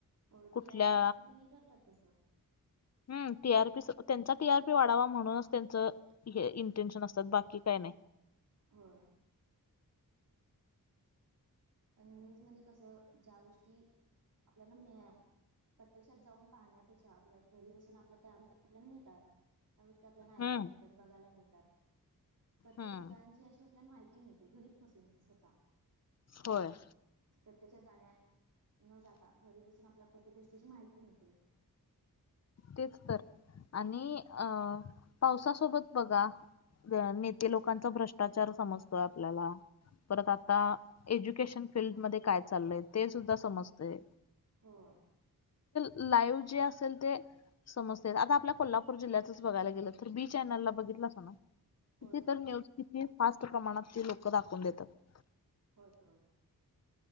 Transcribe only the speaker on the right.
हो
टीआरपी साठी तेनी करतात तसं
होय न्यूजमध्ये कसं ज्या गोष्टी आपल्याला मिळा प्रत्यक्षात जाऊन पाहण्यापेक्षा आपल्या घरी बसून आपल्या त्या अनुसार आपल्याला मिळतात त्या गोष्टी आपल्याला ऐकायला
मिळतात, बघायला मिळतात प्रत्येक
ठिकाणची अशी आपल्याला माहिती मिळते. घरी बसून स्वतः
प्रत्यक्षात जाण्या न जाता घरी बसून आपल्या प्रत्येक गोष्टीची माहिती मिळते
हो
होय
होय
हो हो